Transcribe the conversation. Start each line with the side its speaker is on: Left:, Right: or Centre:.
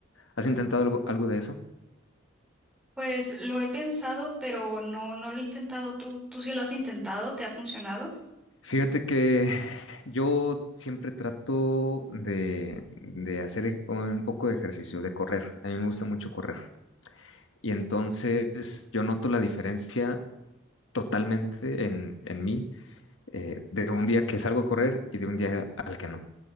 Left: ¿Has intentado algo, algo de eso?
Centre: Pues lo he pensado, pero no, no lo he intentado. ¿Tú, tú sí lo has intentado? ¿Te ha funcionado?
Left: Fíjate que yo siempre trato de, de hacer ej- un poco de ejercicio, de correr. A mí me gusta mucho correr. Y entonces yo noto la diferencia totalmente en, en mí eh, de un día que salgo a correr y de un día al que no.